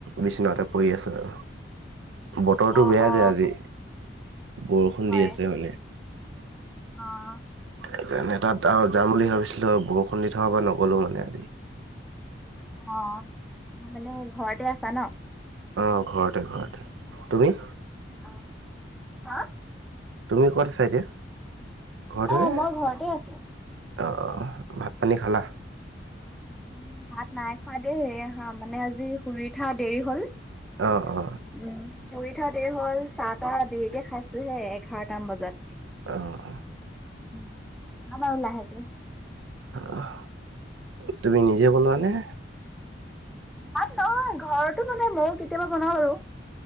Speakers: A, on the right; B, in the centre.
A: বিচনাতে পৰি আছো আৰু। বতৰটো
B: অ
A: বেয়া
B: অ
A: যে আজি বৰষুণ
B: হয়
A: দি আছিলে মানে।
B: অ'
A: সেইকাৰণে তাত আৰু যাম বুলি ভাবিছিলো, বৰষুণ দি থকা পৰা নগলো মানে আজি।
B: অহ' মানে ঘৰতে আছা ন।
A: অ' ঘৰতে ঘৰতে তুমি?
B: আহ, হা।
A: তুমি ক'ত আছা এতিয়া। ঘৰতে
B: অ'
A: নে?
B: মই ঘৰতে আছো।
A: অ, ভাত, পানী খালা?
B: উ, ভাত নাই, খোৱা দেই মানে আজি শুৰি উঠা দেৰি হ'ল। উমৰি
A: অ অ
B: পিঠাতে হ'ল চাহ, তাহ দেৰিক খাইছোহে, এঘাৰটামান বজাত।
A: আহ।
B: উম, হ, মউল আহে তে।
A: আহ তুমি নিজে বনোৱা
B: তাকে
A: নে।
B: ভাত নহ ঘৰতো বনাই মইও কেতিয়াবা বনাওঁ আৰু।